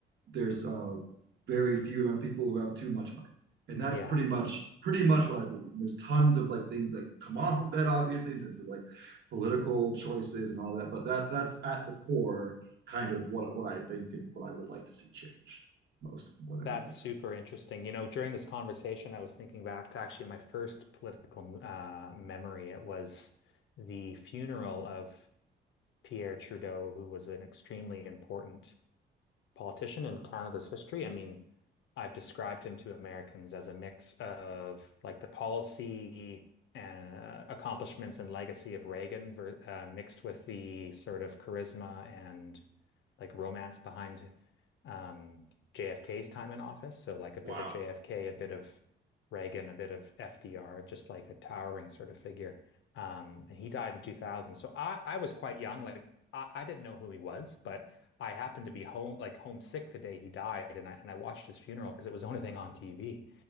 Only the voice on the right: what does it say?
there's a very few amount of people who have too much money. And that's
pretty much pretty much what I believe. And there's tons of like things that come off of that, obviously, in terms of like political choices and all that. But that that's at the core kind of what what I think and what I would like to see changed most more than
anything.
Wow.